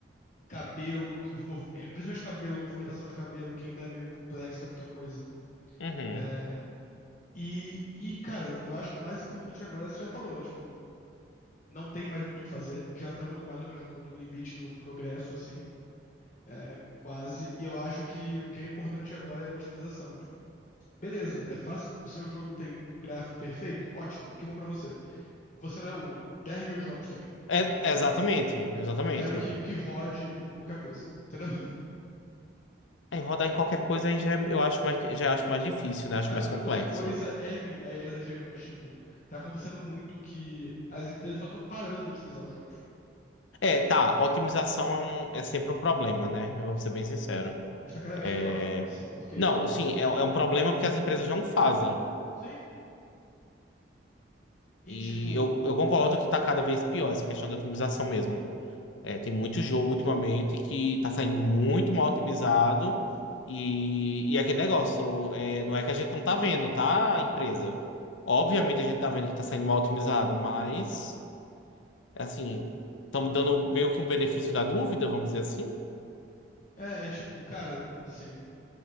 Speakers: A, on the left; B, on the left.
A: cabelo, que você move- é, principalmente cabelo, movimentação de cabelo, que ainda é meio complexo pra muita coisa.
B: uhum.
A: É, e, e, cara, eu acho que o mais importante agora, você já falou, é, tipo, não tem mais muito o que fazer. Já estamos mais ou menos no, no limite do progresso, assim. É, quase. E eu acho que o que é importante agora é a otimização. Tipo, Beleza, é fácil. O seu jogo tem gráfico perfeito? Ótimo, que bom pra você. Você não é o único. dez mil jogos tem,
B: É,
A: entendeu?
B: é exatamente, exatamente.
A: Eu quero que, que rode em qualquer coisa, entendeu? <laughs>
B: Aí rodar em qualquer coisa aí já é- eu acho mais, já acho mais difícil, né? Acho
A: Ah,
B: mais complexo.
A: qualquer coisa é, limi- é exagero, mas tipo, tá acontecendo muito que as empresas só estão parando de otimizar os jogos.
B: É, tá, otimização é, um, é sempre um problema, né? Vamos ser bem sinceros.
A: Mas tá cada vez pior.
B: É,
A: Sim, porque.
B: Não, sim, é, é um problema porque as empresas não fazem.
A: Sim. E
B: E
A: tipo,
B: eu, eu concordo que tá cada vez pior essa questão da otimização mesmo. É, tem muito jogo ultimamente que tá saindo muito mal otimizado. E, e é aquele negócio, é, não é que a gente não tá vendo, tá, empresa? Obviamente a gente tá vendo que tá saindo mal otimizado, mas, assim, estamos dando meio que um benefício da dúvida, vamos dizer assim.
A: É, é tipo, cara, assim,